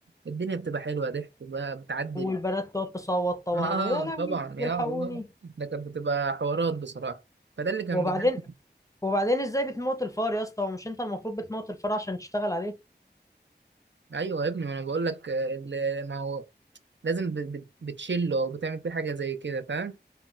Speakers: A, on the right; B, on the left.
A: الدنيا بتبقى حلوة ضحك بقى بتعدي
B: والبنات تقعد تصوت طبعا
A: <laughs> آه
B: ويا لهوي
A: طبعا
B: والحقوني
A: يا الله ده كانت بتبقى حوارات بصراحة فده اللي كان
B: وبعدين
A: بيجي
B: وبعدين ازاي بتموت الفار يا اسطى هو مش انت المفروض بتموت الفار عشان تشتغل عليه
A: أيوه يا ابني ما أنا بقول لك آه، اللي- ما هو لازم بت- بت- بتشله أو بتعمل فيه حاجة زي كده فاهم